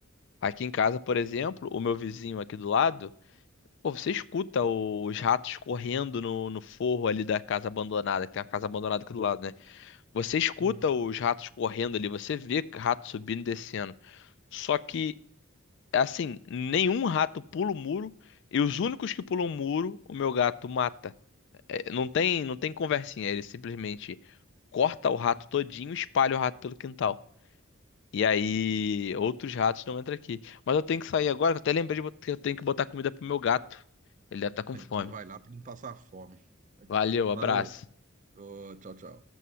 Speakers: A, on the left; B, on the right.
A: Aqui em casa, por exemplo, o meu vizinho aqui do lado, pô, você escuta os ratos correndo no, no forro ali da casa abandonada, que tem uma casa abandonada aqui do lado, né? Você escuta
B: Uhum.
A: os ratos correndo ali, você vê rato subindo e descendo. Só que. Assim, nenhum rato pula o muro e os únicos que pulam o muro, o meu gato mata. É, não tem, não tem conversinha, ele simplesmente corta o rato todinho, e espalha o rato pelo quintal. E aí, outros ratos não entram aqui. Mas eu tenho que sair agora, que eu até lembrei de bot- que eu tenho que botar comida pro meu gato. Ele deve estar com
B: Então
A: fome.
B: vai lá pra não passar fome.
A: Valeu, abraço.
B: Valeu. Ô, tchau, tchau.